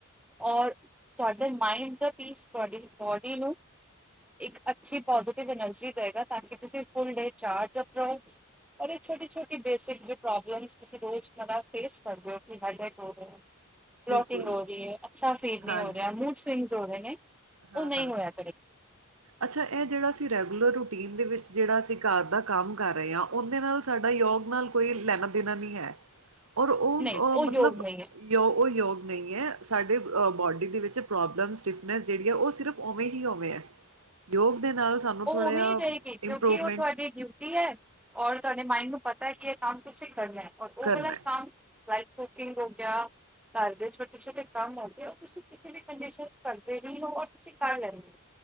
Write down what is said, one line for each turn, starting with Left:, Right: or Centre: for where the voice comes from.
Centre: ਔਰ, ਤੁਹਾਡੇ ਮਾਇੰਡ ਦਾ ਪੀਸ, ਤੁਹਾਡੀ ਬੋਡੀ ਨੂੰ ਇੱਕ ਅੱਛੀ ਪੋਜ਼ਟਿਵ ਐਨਰਜੀ ਦ‌ਏਗਾ ਤਾਂ ਕਿ ਤੁਸੀਂ ਫੁਲ ਡੇ ਚਾਰਜ਼ ਅਪ ਰ‌ਓ। ਅਰੇ ਛੋਟੀ-ਛੋਟੀ ਬੇਸਿਕ ਜੀ ਪ੍ਰੋਬਲਮਸ ਤੁਸੀਂ ਰੋਜ਼ ਹਨਾ, ਫੇਸ ਕਰਦੇ ਓ ਕਿ ਹੈਡਡ ਹੋ ਰਹੇ ਓ। ਬਲੋਕਿੰਗ
Right: ਬਿਲਕੁਲ
Centre: ਹੋ ਰਹੀ ਏ, ਅੱਛਾ ਫੀਲ ਨੀ
Right: ਹਾਂਜੀ
Centre: ਹੋ ਰਿਹਾ, ਮੂਥ ਸਵਿੰਗਸ ਹੋ ਰਹੇ ਨੇ, ਉਹ
Right: ਹਾਂ
Centre: ਨਹੀਂ
Right: ਹਾਂ
Centre: ਹੋਇਆ ਕਰੇ
Right: ਅੱਛਾ ਇਹ ਜਿਹੜਾ ਅਸੀਂ ਰੈਗੂਲਰ, ਰੂਟੀਨ ਦੇ ਵਿੱਚ ਜਿਹੜਾ ਅਸੀਂ ਘਾਰ ਦਾ ਕੰਮ ਕਰ ਰਹੇ ਆ, ਉਹਦੇ ਨਾਲ ਸਾਡਾ ਯੋਗ ਨਾਲ ਕੋਈ ਲੈਣ-ਦੇਣਾ ਨਹੀਂ ਐ, ਔਰ ਉਹ
Centre: ਨਹੀਂ
Right: ਉ
Centre: ਯੋਗ
Right: ਮਤਲਬ
Centre: ਨਹੀਂ ਹੈ
Right: ਯੋ, ਉਹ ਯੋਗ ਨਹੀਂ ਐ, ਸਾਡੇ ਬੋਡੀ ਦੇ ਵਿੱਚ ਪ੍ਰੋਬਲਮ ਸਟਿਫਨੈਂਸ ਜਿਹੜੀ ਐ, ਉਹ ਸਿਰਫ ਹੋਵੇ ਹੀ ਹੋਵੇ ਐ। ਯੋਗ ਦੇ ਨਾਲ ਸਾਨੂੰ
Centre: ਉਹ ਉਵੇਂ ਈ ਰਹੇਗੀ ਕਿਉਂਕਿ,
Right: ਇੰਪਰੂਵਮੈਂਟ
Centre: ਉਹ ਤੁਹਾਡੀ ਡਿਊ ਟੀ ਐ, ਔਰ ਤੁਹਾਡੇ ਮਾਇੰਡ ਨੂੰ ਪਤਾ ਕਿ ਇਹ ਕੰਮ ਤੁਸੀਂ ਕਰਨਾ, ਔਰ ਓ
Right: ਕਰਨਾ
Centre: ਵਾਲਾ ਕੰਮ ਲਾਈਕ ਕੁਕਿੰਗ ਹੋ ਗਿਆ ਘਰ ਦੇ ਛੋਟੇ-ਛੋਟੇ ਕੰਮ ਆਉਦੇ, ਓ ਤੁਸੀਂ ਕਿਸੇ ਵੀ ਕੰਡੀਸ਼ਨ 'ਚ ਕਰਦੇ ਹੀਂ ਹੋ, ਔਰ ਤੁਸੀਂ ਕਰ ਲੈਂਦੇ ਓ।